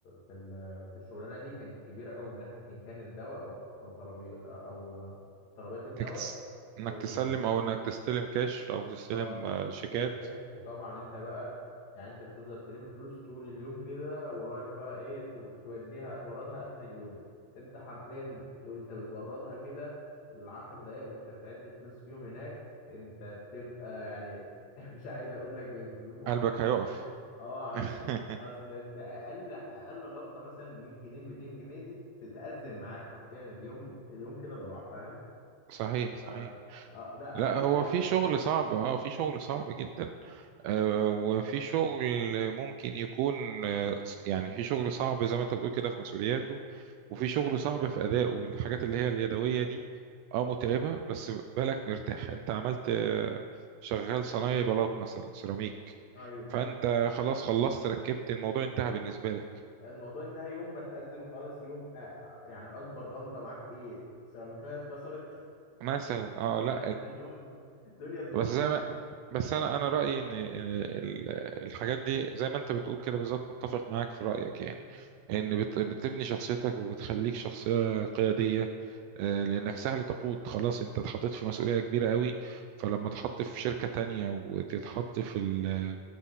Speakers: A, on the left (about 65°); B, on the right (about 85°).
A: في ال... في الشغلانة دي كانت كبيرة قوي من ناحية إن كان الدواء أو أو طلبي أو طلبات الدواء
B: انك تس... انك
A: أو
B: تسلم
A: ال...
B: او انك تستلم كاش او تستلم
A: اه
B: آه، شيكات
A: تلم كاش وطبعا انت بقى يعني انت بتفضل تلم فلوس طول اليوم كده ورايح بقى ايه تو- توديها توردها اخر اليوم انت حرفيا وانت بتوردها كده العشر دقايق وانت بتعد الفلوس فيهم هناك انت بتبقى يعني <laughs> مش عايز اقول لك بيب- بيبقوا
B: قلبك
A: عاملين
B: هيقف
A: ازاي اه عامل
B: <laughs>
A: اصل انت اقل اقل غلطه مثلا ب 100 جنيه 200 جنيه دي تتأزم معاك حرفيا اليوم اليوم كده ضاع فاهم
B: صحيح صحيح
A: آه. آه. ده
B: لا
A: دي
B: هو
A: اقل
B: في شغل
A: غلطه
B: صعب اه في شغل صعب جدا آه، وفي شغل ممكن يكون آه، يعني في شغل صعب زي ما انت بتقول كده في مسؤولياته
A: مم.
B: وفي شغل صعب في أدائه الحاجات اللي هي اليدوية دي اه متعبة بس بالك مرتاح انت عملت آه، شغال صنايعي بلاط مثلا سيراميك
A: ايوه
B: فانت خلاص خلصت ركبت الموضوع انتهى بالنسبة لك
A: الموضوع انتهى يوم ما تأزم خالص يوم آه آه، يعني اكبر غلطة معاك ايه سيراميكاية اتكسرت
B: مثلا اه
A: <laughs>
B: لا
A: يعني يوم ما الدنيا تبوظ
B: بس زي
A: مني
B: ما بس انا انا رايي ان إن ال- الحاجات دي زي ما انت بتقول كده بالظبط متفق معاك في رايك يعني
A: مم.
B: ان بت- بتبني شخصيتك وبتخليك شخصيه قياديه آه، لانك
A: بالظبط
B: سهل تقود خلاص انت اتحطيت في مسؤوليه كبيره قوي فلما تحط في شركه تانية وتتحط في ال